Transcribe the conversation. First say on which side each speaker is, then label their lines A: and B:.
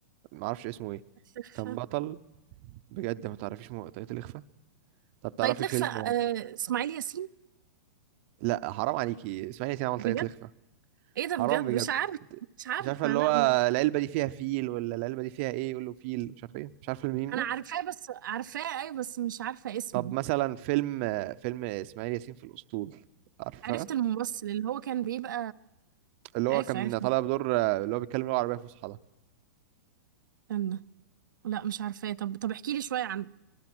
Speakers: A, on the right; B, on the right.
A: معرفش اسمه إيه
B: لفة
A: كان بطل بجد ما تعرفيش مو- طاقية الإخفاء طب تعرفي
B: طيب لفة
A: فيلم
B: آه، اسماعيل ياسين
A: لا حرام عليكي اسمعي انت عمل
B: بجد
A: طاقية الإخفاء
B: ايه ده
A: حرام
B: بجد
A: بجد
B: مش عارف مش عارفة
A: مش عارفه اللي
B: لا
A: هو
B: م-
A: العلبه دي فيها فيل ولا العلبه دي فيها ايه يقول له فيل مش عارف ايه مش عارف الميم
B: انا
A: ده
B: عارفاه بس عارفاه اي بس مش عارفة اسمه
A: طب مثلا فيلم فيلم اسماعيل ياسين في الاسطول عارفه
B: عرفت الممثل اللي هو كان بيبقى
A: اللي هو
B: عرفت
A: كان
B: عرفت
A: طالع بدور اللي هو بيتكلم لغه عربيه فصحى ده
B: استنى لا مش عارفاه طب طب احكي لي شوية عنه